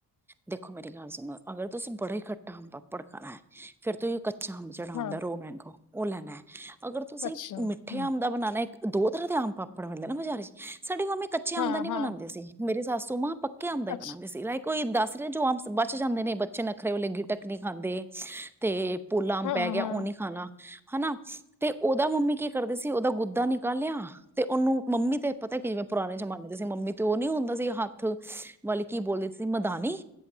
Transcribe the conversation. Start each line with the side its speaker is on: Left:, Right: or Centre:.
Centre: ਦੇਖੋ ਮੇਰੀ ਗੱਲ ਸੁਣੋ ਅਗਰ ਤੁਸੀਂ ਬੜੇ ਖੱਟ ਪਾਪੜ ਕਰਾ ਫੇਰ ਤੁਸੀਂ <unintelligible> ਜਿਹੜਾ ਹੁੰਦਾ
Left: ਹਾਂ,
Centre: ਰੋ ਮਹਿੰਗੋ ਉਹ ਲੈਣਾ ਅਗਰ ਤੁਸੀਂ
Left: ਅੱਛਾ,
Centre: ਮਿੱਠੇ
Left: ਹੂੰ,
Centre: ਅੰਬ ਦਾ ਬਣਾਉਣਾ ਦੋ ਤਰ੍ਹਾਂ ਦੇ ਅੰਬ ਪਾਪੜ ਮਿਲਦੇ ਨਾ ਬਜ਼ਾਰੇ ਚ ਸਾਡੇ ਮੰਮੀ ਕੱਚੇ ਅੰਬ
Left: ਹਾਂ,
Centre: ਦਾ ਨੀ ਬਣਾਂਦੇ
Left: ਹਾਂ,
Centre: ਸੀ ਮੇਰੇ ਸੱਸੂ ਮਾਂ, ਪੱਕੇ ਅੰਬ ਦਾ ਹੀ
Left: ਅੱਛਾ,
Centre: ਬਣਾਂਦੇ ਸੀ ਲਾਈਕ ਕੋਈ ਦੱਸ ਰਿਹਾ ਜੋ ਅੰਬ ਬਚ ਜਾਂਦੇ ਨੇ, ਚ ਨੱਖਰੇ ਵਾਲੇ ਗੀਟਕ ਨ ਖਾਂਦੇ ਤੇ, ਪੋਲਾ ਅੰਬ
Left: ਹਾਂ,
Centre: ਪੈ ਗਿਆ
Left: ਹਾਂ।
Centre: ਉਹ ਨੀ ਖਾਣਾ, ਹਨਾ, ਤੇ ਉਹਦਾ ਮੰਮੀ ਕੀ ਕਰਦੇ ਸੀ ਉਹਦਾ ਗੁਦਾ, ਗੁਦਾਂ ਨਿਕਲਿਆ ਤੇ ਉਹਨੂੰ, ਮੰਮੀ ਤੇ ਪਤਾ ਕਿਵੇਂ ਪੁਰਾਣੇ ਜਮਾਨੇ, <unintelligible> ਮੰਮੀ ਤੋਂ ਉਹ ਨੀ ਹੁੰਦਾ ਮਤਲਬ ਕੀ ਬੋਲਦੇ ਸੀ ਮਦਾਨੀ,